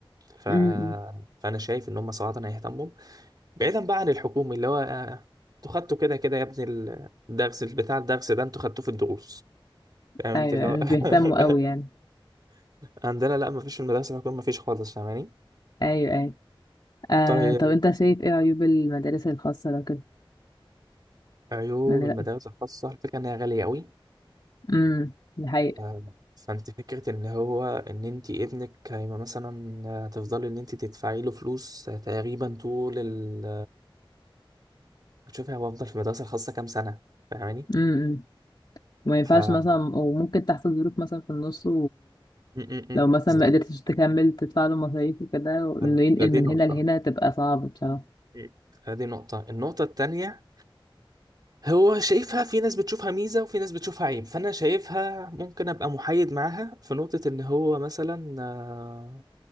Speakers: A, on the right; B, on the left.
A: ف...
B: امم
A: فانا شايف ان هم صراحه هيهتموا بعيدا بقى عن الحكومي اللي هو آه، انتوا خدتوا كده كده يا ابني ال- الدرس بتاع الدرس ده انتوا خدتوه في الدروس فاهم انت
B: ايوه
A: اللي هو
B: مش
A: <laughs>
B: بيهتموا قوي يعني
A: عندنا لا مفيش في المدرسه الحكوميه مفيش خالص فاهماني
B: ايوه ايوه آه
A: طيب
B: طب انت شايف ايه عيوب المدارس الخاصة لو كده
A: عيوب
B: من رأيك
A: المدارس الخاصة الفكرة إنها غالية أوي
B: امم دي حقيقة
A: آه، فانت فكرة ان هو ان انت ابنك هيبقى مثلا آه، تفضلي ان انت تدفعي له فلوس آه، تقريبا طول ال هتشوفي هو افضل في المدرسة الخاصة كام سنة فاهماني
B: امم ما ينفعش
A: ف م-
B: مثلا وممكن تحصل ظروف مثلا في النص
A: م-
B: لو
A: م،
B: مثلا
A: بالظبط.
B: ما قدرتش تكمل تدفع له مصاريف وكده وانه
A: ف-
B: ينقل
A: فدي
B: من
A: نقطة
B: هنا لهنا تبقى صعب بصراحة
A: م. فدي نقطة النقطة التانية هو شايفها في ناس بتشوفها ميزة وفي ناس بتشوفها عيب فأنا شايفها ممكن أبقى محايد معاها في نقطة إن هو مثلا آه،